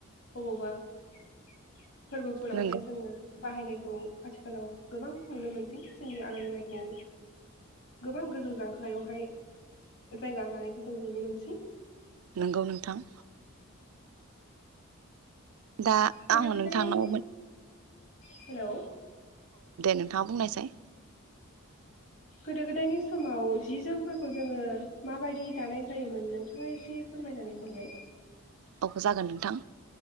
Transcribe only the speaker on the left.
बबावबा <inaudible> फोरबोफोरावहाय
जोङो बाहायनाय खौ आथिखालाव गोबां नुनो मोनसै जोंनि आर'नाइलाइखौ गोबां गोजौ जांख्लायावहाय जायगा लानायखौ जों नुनो मोनसै।
गोदो
गोदाय
हेलौ
गोदो गोदायनि समाव जि जोमफोरखौ जोङो माबायदि दानाय जायोमोन नोंथाङा एसे फोरमायनानै हरलाय?